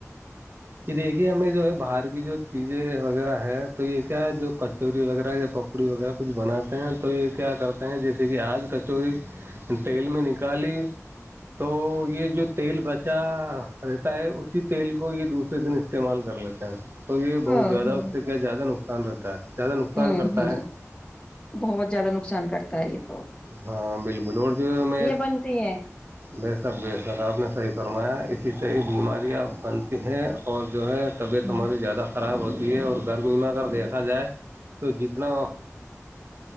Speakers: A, on the right; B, on the left.
A: کہ دیکھیے ہمیں جو ہے باہر کی جو چیزیں وغیرہ ہے تو یہ کیا جو کچوری وغیرہ یا پکوڑی وغیرہ کچھ بناتے ہیں تو یہ کیا کرتے ہیں جیسے کہ آج کچوری تیل میں نکالی تو یہ جو تیل بچا رہتا ہے اسی تیل کو یہ دوے دن استعمال کر لیتے ہیں تو یہ بہت
B: ہاں
A: زیادہ
B: ہاں
A: اس سے کیا زیادہ نا سن رہتا ہے زیادہ نقصان
B: ہوں
A: کرتا
B: ہوں
A: ہے
B: بہت زیادہ نقصان کرتا تاائت
A: ہاں بالکل اور جو امی
B: بنتی ہیں
A: بے شک بےش تک آپ نے صحیح فرمایا اسی صحیح بیماریاں بنتی ہیں اور جو ہے طبیعت
B: ہوں
A: ہماری زیادہ خراب ہوتی ہے اور گرمی میں اگر دیکھا جائے تو جتنا <unintelligible>